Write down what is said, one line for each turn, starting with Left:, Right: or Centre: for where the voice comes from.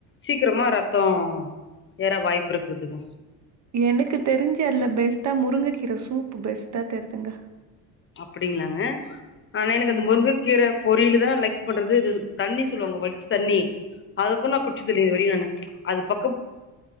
Left: சீக்ரமா ரத்தோ ஏற வாய்ப்பிருக்குதுங்க
Right: எனக்கு தெரிஞ்சு அதுல பெஸ்ட்டா முருங்கக்கீர சூப்பு பெஸ்ட்டா தெர்துங்க
Left: அப்டிங்ளாங்க ஆனா
Right: ஆமாங்க.
Left: எனக்கு அந்த முருங்கக்கீர பொரிய்லு தா லைக் பண்றது இது சு தண்ணி சொல்லுவாங்க வட்ச்ச தண்ணி அதுக்கோ நா குச்சதில்ல இதுவரையு நானு அது பக்